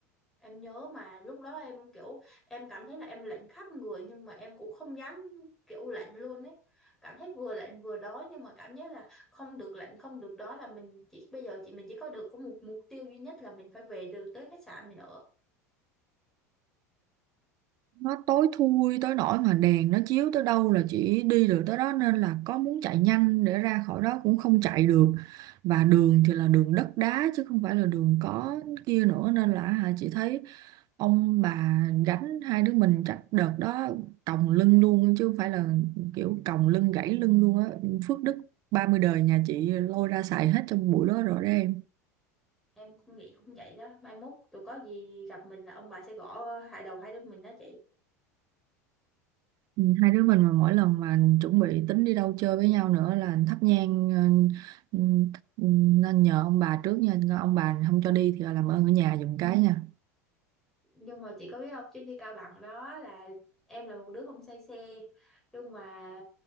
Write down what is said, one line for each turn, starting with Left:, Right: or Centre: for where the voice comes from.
Centre: em nhớ mà lúc đó em kiểu em cảm thấy là em lạnh khắp người nhưng mà em cũng không dám kiểu lạnh luôn ấy cảm thấy vừa lạnh vừa đói nhưng mà cảm giác là không được lạnh không được đói là mình chỉ bây giờ chị mình chỉ có được có một mục tiêu duy nhất là mình phải về được tới khách sạn mình ở
Right: nó tối thui tới nỗi mà đèn nó chiếu tới đâu là chỉ đi được tới đó nên là có muốn chạy nhanh để ra khỏi đó cũng không chạy được và đường thì là đường đất đá chứ không phải là đường có kia nữa nên là hả, chị thấy ông bà gánh hai đứa mình chắc đợt đó còng lưng luôn chứ không phải là kiểu còng lưng gãy lưng luôn á phước đức 30 đời nhà chị lôi ra xài hết trong buổi đó rồi đấy
Centre: em cũng nghĩ cũng vậy đó mai mốt tụi có gì gặp mình là ông bà sẽ gõ hai đầu hai đứa mình đó chị
Right: Ừ, hai đứa mình mà mỗi lần mà chuẩn bị tính đi đâu chơi với nhau nữa là thắp nhang ờ, ừ, ừ, nên nhờ ông bà trước nha ông bà không cho đi thì làm ơn ở nhà giùm cái nha
Centre: nhưng mà chị có biết không chuyến đi Cao Bằng đó là em là một đứa không say xe nhưng mà